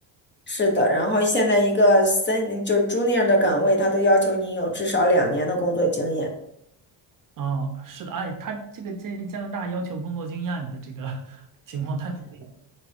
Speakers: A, on the left; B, on the right.
A: 是的。然后现在一个三就 junior 的岗位，他都要求你有至少两年的工作经验。
B: 啊，是的，哎，他这个这加拿大要求工作经验的这个 <laughs> 情况太普遍了